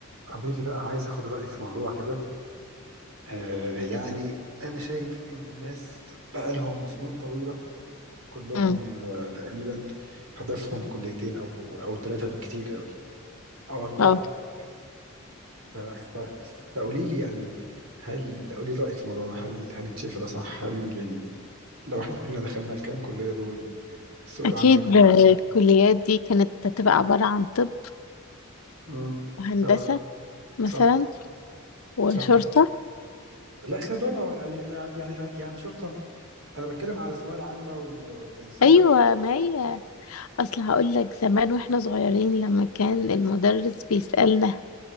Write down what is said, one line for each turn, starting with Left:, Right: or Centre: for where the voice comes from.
Right: قولي لي بقى عايز اخد رايك في موضوع كده آه يعني انا شايف ان الناس بقى لهم سنين طويله كلهم
Left: امم
Right: آه تقريبا هدفهم كليتين او او ثلاثه بالكتير قوي او اربعه
Left: اه
Right: حتى ف- ف- فقولي لي يعني هل قولي لي رايك في الموضوع ده هل هل انت شايفه ده صح هل يعني لو احنا كلنا دخلنا الكام كليه دول السوق
Left: اكيد
Right: العام ده هيكون
Left: آه، الكليات دي كانت هتبقى عبارة عن طب
Right: امم
Left: وهندسة
Right: فعلا
Left: مثلا
Right: صح
Left: وشرطة
Right: صح لا صيدلة يعني يعني يعني يعني شرطة أنا بتكلم على الثانوية العامة والتنسيق
Left: ايوه ما هي اصل هقول لك زمان واحنا صغيرين لما كان المدرس بيسألنا